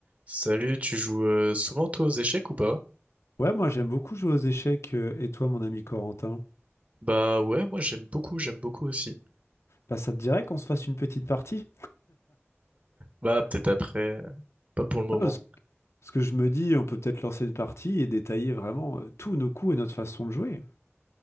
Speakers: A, on the right; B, on the left.
A: Salut, tu joues euh, souvent toi aux échecs ou pas?
B: Ouais, moi j'aime beaucoup jouer aux échecs, euh, et toi mon ami Corentin?
A: Bah ouais, moi j'aime beaucoup, j'aime beaucoup aussi.
B: Bah ça te dirait qu'on se fasse une petite partie?
A: Bah peut-être après, euh, pas pour le moment.
B: Ah, parce parce que je me dis, on peut peut-être lancer une partie et détailler vraiment euh, tous nos coups et notre façon de jouer.